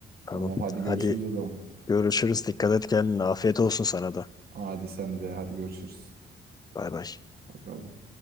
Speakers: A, on the left; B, on the right.
A: Tamam.
B: Tamam hadi görüşürüz
A: Hadi
B: o zaman.
A: görüşürüz. Dikkat et kendine. Afiyet olsun sana da.
B: Hadi sen de hadi görüşürüz.
A: Bay bay.
B: Hadi bay bay.